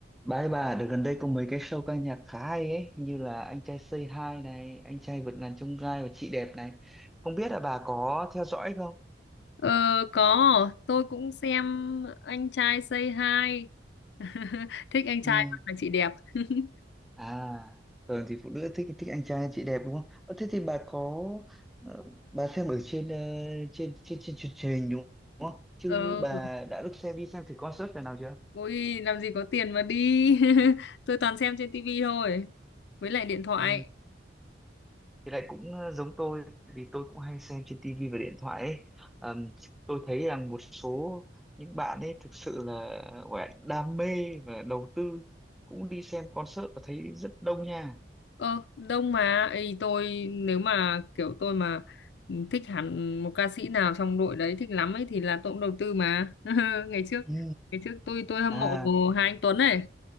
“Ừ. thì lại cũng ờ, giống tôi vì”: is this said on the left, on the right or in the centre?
Centre